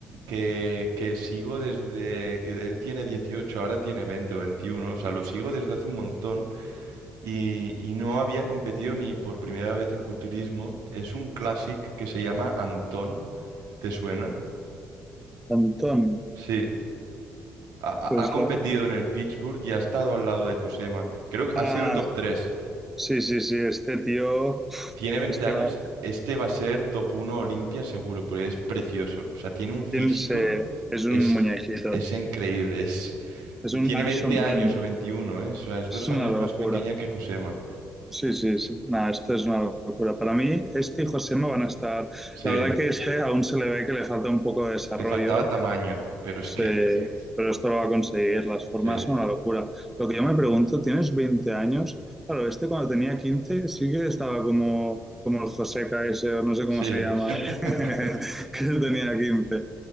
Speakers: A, on the right; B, in the centre.
A: que, que sigo desde que él tiene dieciocho ahora tiene 20 o veintiuno o sea, lo sigo desde hace un montón y, y no había competido ni por primera vez en culturismo. Es un classic que se llama Antón, ¿te suena?
B: Antón,
A: Sí. Ha, ha-
B: pues
A: ha competido
B: la...
A: en el Pittsburgh y ha estado al lado de Josema. Creo que ha
B: Ah,
A: sido el top tres
B: sí, sí, sí, este tío,
A: Tiene 20
B: este
A: años,
B: la,
A: este va a ser top uno Olimpia seguro, porque es precioso. O sea, tiene un físico,
B: Tim se- es
A: es,
B: un muñequito,
A: es increíble. Es,
B: es
A: y
B: un
A: tiene
B: action
A: 20 años
B: man,
A: o 21, ¿eh? O sea, es
B: es
A: dos
B: una
A: años
B: locura.
A: más pequeña que Josema.
B: Sí, sí, sí, nada, esto es una locura. Para mí, este y Josema van a estar,
A: Sí,
B: la verdad que este aún se le ve que le falta un poco de desarrollo,
A: le faltaba tamaño, pero es
B: se-
A: que...
B: pero esto lo va a conseguir, las formas
A: Sí,
B: son una locura. Lo que yo me pregunto, tienes 20 años, claro, este cuando tenía 15 sí que estaba como, como el Joseca ese, o no sé cómo
A: sí.
B: se llama,
A: <coughs>
B: <laughs> que tenía quince